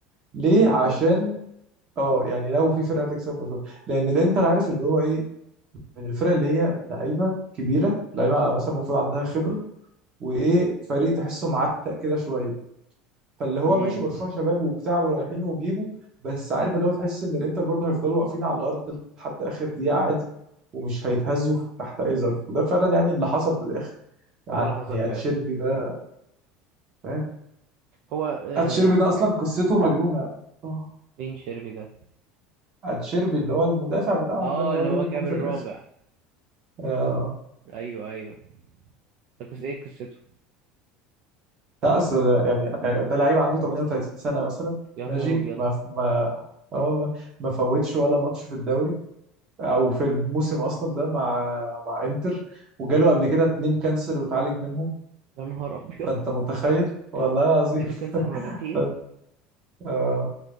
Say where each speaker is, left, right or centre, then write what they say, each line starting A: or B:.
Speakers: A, on the right; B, on the right.
A: ليه
B: الانتر
A: عشان اه يعني لو في فرقه هتكسب برشلونه لان الانتر عارف اللي هو ايه من الفرق اللي هي لعيبه كبيره لعيبه مثلا المفروض عندها خبره وايه فريق تحسه معتق كده شويه فاللي هو
B: امم
A: ماشي برشلونه شباب وبتاع ورايحين وبيجوا بس عارف اللي هو تحس ان الانتر برضه هيفضلوا واقفين على الارض لحد اخر دقيقه عادي ومش هيتهزوا تحت اي ظرف وده فعلا يعني اللي حصل في الاخر يعني
B: وده اللي حصل
A: اتشيربي
B: فعلا
A: ده فاهم
B: هو آه...
A: اتشيربي ده اصلا قصته مجنونه آه.
B: مين شيربي ده
A: اتشيربي اللي هو المدافع بتاعهم
B: اه
A: ده اللي
B: اللي
A: هو جاب
B: هو
A: الجون
B: جاب الرابع
A: في الاخر آه.
B: ايوه ايوه ده قص ايه قصته
A: ده اصل ده يعني آه، ده لعيب عنده 38 سنه مثلا
B: يا نهار
A: ماشي
B: ابيض
A: ما ما اه والله ما فوتش ولا ماتش في الدوري او في الموسم اصلا ده مع مع انتر وجاله قبل كده اتنين كانسر وتعالج منهم
B: يا نهار <laughs> ابيض
A: فانت متخيل والله العظيم
B: جاله كانسر مرتين
A: <laughs> آه،